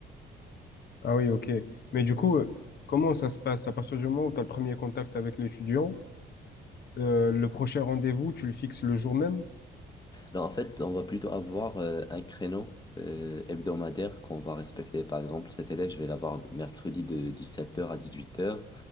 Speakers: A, on the left; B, on the left.
A: Ah oui, ok. Mais du coup, euh, comment ça se passe? À partir du moment où tu as le premier contact avec l'étudiant, euh, le prochain rendez-vous, tu le fixes le jour même?
B: Alors en fait, on va plutôt avoir euh, un créneau euh, hebdomadaire qu'on va respecter. Par exemple, cet élève, je vais l'avoir mercredi de 17h à 18h.